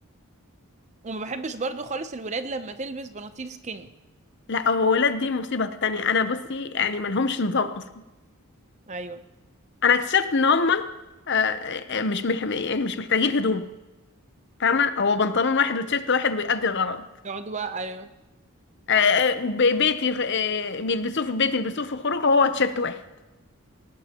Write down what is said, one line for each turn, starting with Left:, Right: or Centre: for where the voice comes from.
Right: وما بحبش برضو خالص الولاد لما تلبس بناطيل سكيني
Left: لا هو ولاد دي مصيبة تانية أنا بصي يعني ملهمش نظام أصلا
Right: ايوه
Left: أنا اكتشفت إن هما آه، آه، آه، مش مح يعني مش محتاجين هدوم فاهمة هو بنطلون واحد وتيشيرت واحد ويأدي الغرض
Right: يقعدوا بقى ايوه
Left: آه، آه، ب- بيتي آه، بيلبسوه في البيت يلبسوه في الخروج هو تيشيرت واحد